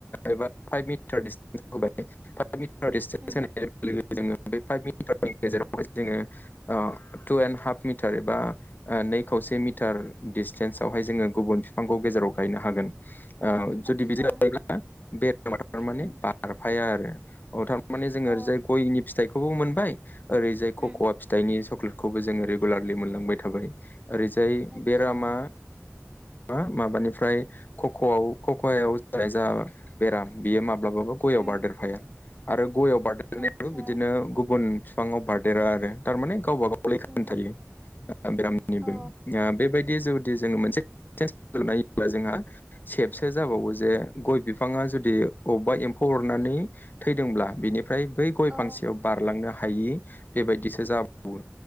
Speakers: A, on the left (about 35°); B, on the right (about 25°).
A: एबा फाइभ मिटार दिसटेन्स होबाय फाइभ मिटार िसटेन्स
B: उम
A: होनाय लोगो जोङो बे फाइभ मिटारनि गेजेरावहाय जोङो <unintelligible> ओ तु एणड हाफ मिटार एबा नै खावसे मिटार दिडस्टेन्सआवहाय जोङो गुबुन बिफांखौ गेजेराव गायनो हागोन ओ
B: आतसा
A: जुदि बिदि जायोब्ला बेार माने
B: उम
A: बारफाया आरो थार माने जोङो
B: औ
A: ओरैजाय गयनि फिथाइखौबो मोनबाय ओरैजाय खख'वा
B: उम
A: फिथाइ फिथाइनि सक्लेटखौबो जोङो रेगुलारलि मोनलांबाय थाबाय ओरैजाय
B: आतसा
A: बेरामा मा माबानिफ्राय खक'आव खक'ायाव जाय जा बेराम बियो माब्लाबाबो गयाव
B: उम
A: बारदेरफाया आरो गयाव बारदेरनायाबो
B: आतसा
A: बिदिनो गुबुन बिफाङाव बारदेरा आरो थारमाने गावबा गावलाय खोनथायायो
B: उम
A: ओ बेरामनिबो
B: औ
A: बेबायदि जुदि जोङो मोनसे नायोब्ला जोंहा सेबसो जाबावो जे गय बिफाङा जुदि अबेबा एम्फौ अरनानै थैदोंब्ला बिनिफ्राय बै गय
B: औ
A: फांसेयाव बारलांनो हायि बेबायदिसो जाबावो